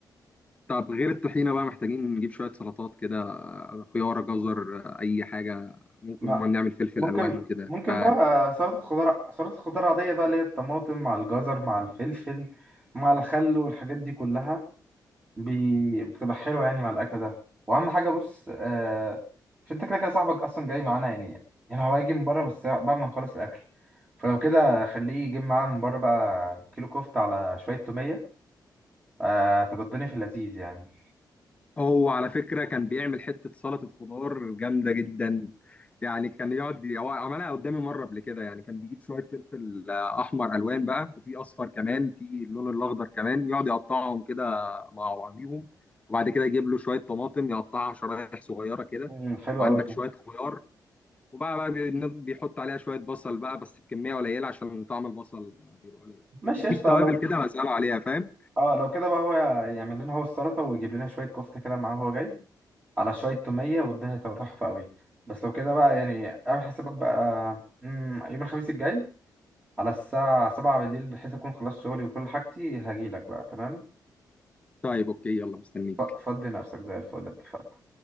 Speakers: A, on the left; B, on the right.
A: طب غير الطحينة بقى محتاجين نجيب شوية سلطات كده خيار جزر اي حاجة ممكن
B: ما
A: ما نعمل فلفل
B: ممكن
A: الوان وكده
B: ممكن
A: انت
B: بقى سلطة خضار سلطة خضار عادية بقى اللي هي الطماطم مع الجزر مع الفلفل مع الخل والحاجات دي كلها بي... بتبقى حلوة يعني مع الأكل ده وأهم حاجة بص آه... مش أنت كده كده صاحبك أصلا جاي معانا يعني يعني هو هيجي من بره بس بعد ما نخلص الأكل فلو كده خليه يجيب معاه من بره بقى كيلو كفتة على شوية تومية آه... تبقى الدنيا في اللذيذ يعني
A: هو على فكرة كان بيعمل حتة سلطة خضار جامدة جدا يعني كان يقعد هو عملها قدامي مرة قبل كده يعني كان بيجيب شوية فلفل آه، أحمر ألوان بقى وفي أصفر كمان في اللون الأخضر كمان يقعد يقطعهم كده مع بعضيهم وبعد كده يجيب له شوية طماطم يقطعها شرايح صغيرة كده
B: مم، حلو
A: وعندك
B: قوي ده
A: شوية خيار وبقى بقى بي- بيحط عليها شوية بصل بقى بس بكمية قليلة عشان طعم البصل آه، بيبقى قليل
B: ماشي
A: وبيجيب
B: قشطة
A: توابل
B: لو
A: كده مسألة عليها فاهم
B: اه لو كده بقى هو يعمل لنا هو السلطة ويجيب لنا شوية كفتة كده معاه وهو جاي على شوية تومية والدنيا تبقى تحفة قوي بس لو كده بقى يعني اعمل حسابك بقى مم، يوم الخميس الجاي على الساعة سبعة بالليل بحيث أكون خلصت شغلي وكل حاجتي هجيلك بقى تمام
A: طيب أوكي يلا مستنيك
B: ف- فضي نفسك زي الفل اتفقنا